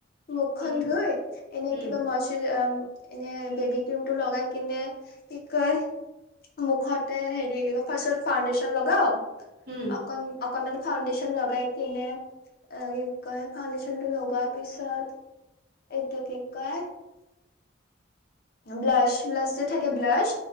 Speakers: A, on the left; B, on the right.
A: মুখখন
B: উম
A: ধুই, এনে
B: উম
A: কিবা মছ এনে বেবীক্ৰীমটো লগাই কিনে, কি কয় মুখতে হেৰি কি কয়, ফাৰ্ষ্টত ফাউণ্ডেশ্যন লগাওঁ।
B: উম
A: অকন-অকনমানো ফাউণ্ডেচন লগাই কিনে, এ, কি কয় ফাউণ্ডেচনটো লগোৱাৰ পিছত এইটো কি কয় ব্লাছ, ব্লাছ যে থাকে ব্লাছ